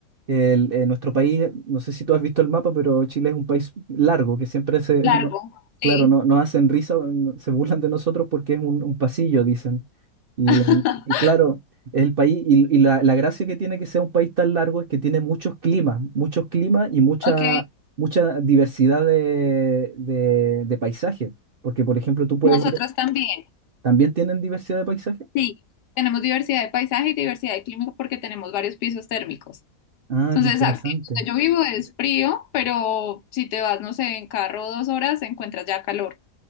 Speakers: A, on the right (about 60°); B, on the left (about 80°).
A: el- eh, nuestro país, no sé si tú has visto el mapa, pero Chile es un país largo, que siempre se,
B: Largo,
A: <laughs> no- claro,
B: sí.
A: no, nos hacen risa, no- se burlan de nosotros porque es un, un pasillo, dicen. Y,
B: <laughs>
A: em, y claro, es el país, y, y la, la gracia que tiene que sea un país tan largo es que tiene muchos climas, muchos climas y mucha,
B: Ok,
A: mucha diversidad de, de, de paisajes. Porque, por ejemplo, tú puedes
B: nosotros
A: ir,
B: también.
A: ¿también tienen diversidad de paisajes?
B: Sí, tenemos diversidad de paisaje y diversidad de clima porque tenemos varios pisos térmicos.
A: Ah,
B: Entonces,
A: qué interesante.
B: a- en donde yo vivo es frío, pero si te vas, no sé, en carro dos horas, encuentras ya calor.